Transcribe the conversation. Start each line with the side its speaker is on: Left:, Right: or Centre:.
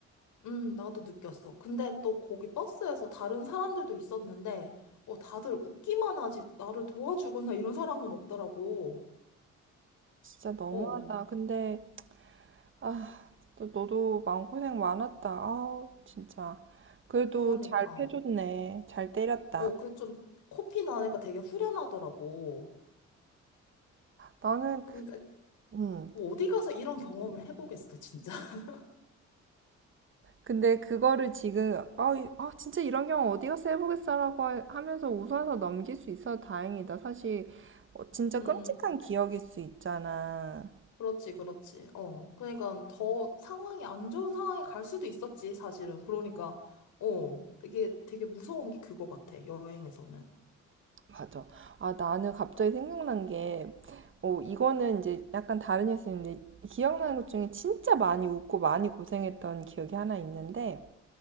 Left: 음, 나도 느꼈어. 근데 또 거기 버스에서 다른 사람들도 있었는데, 어, 다들 웃기만 하지, 나를 도와주거나 이런 사람은 없더라고.
Right: 진짜 너무하다.
Left: 어,
Right: 근데, 아, 너, 너도 마음고생 많았다. 아, 진짜. 그래도
Left: 그러니까.
Right: 잘 패줬네. 잘 때렸다.
Left: 어, 그 좀 코피 나니까 되게 후련하더라고.
Right: 나는,
Left: 그러니까
Right: 음.
Left: 뭐 어디 가서 이런 경험을 해보겠어, 진짜. <laughs>
Right: 근데 그거를 지금, 아, 이- 아, 진짜 이런 경우 어디 가서 해보겠어라고 하- 하면서 웃어서 넘길 수 있어서 다행이다. 사실, 어, 진짜
Left: 음,
Right: 끔찍한 기억일 수 있잖아.
Left: 그렇지, 그렇지. 어, 그러니까 더 상황이 안 좋은 상황에 갈 수도 있었지, 사실은. 그러니까, 어, 이게 되게 무서운 게 그거 같아, 여행에서는.
Right: 맞아. 아, 나는 갑자기 생각난 게, 어, 이거는 이제 약간 다른 뉴스인데, 기억나는 것 중에 진짜 많이 웃고 많이 고생했던 기억이 하나 있는데,